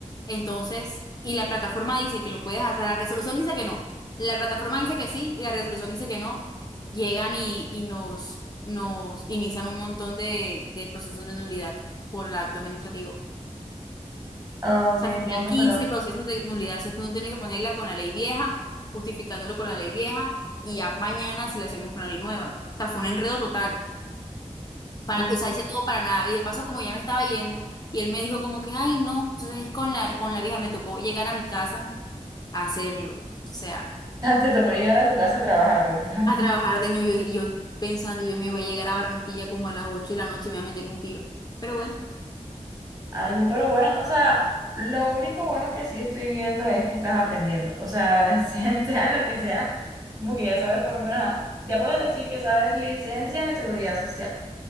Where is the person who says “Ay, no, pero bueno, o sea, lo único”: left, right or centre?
Right